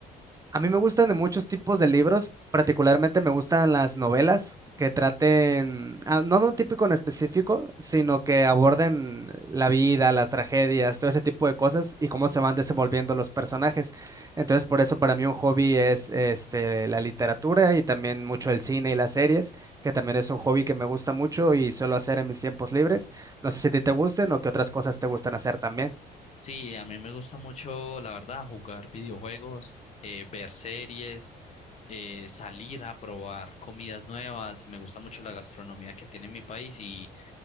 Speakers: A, on the right (about 20°); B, on the left (about 40°).
A: A mí me gustan de muchos tipos de libros, particularmente me gustan las novelas que traten, ah, no de un típico en específico, sino que aborden la vida, las tragedias, todo ese tipo de cosas y cómo se van desenvolviendo los personajes. Entonces, por eso para mí un hobby es este, la literatura y también mucho el cine y las series, que también es un hobby que me gusta mucho y suelo hacer en mis tiempos libres. No sé si a ti te gusten o qué otras cosas te gustan hacer también.
B: Sí, a mí me gusta mucho, la verdad, jugar videojuegos, eh, ver series, eh, salir a probar comidas nuevas. Me gusta mucho la gastronomía que tiene mi país y